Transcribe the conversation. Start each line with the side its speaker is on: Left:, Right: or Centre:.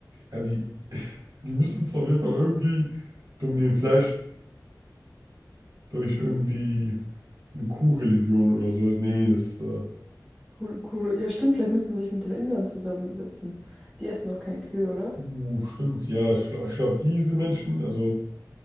Right: Ja, die, <laughs> die müssen es auf jeden Fall irgendwie dominieren. Vielleicht durch irgendwie eine Kuhreligion oder so. Nee, das, äh,
Centre: Kur Kur ja, stimmt, vielleicht müssen sie sich mit den Indern zusammensetzen. Die essen auch keine Kühe, oder?
Right: uh, stimmt, ja. Ich glaube, ich glaub, diese Menschen, also.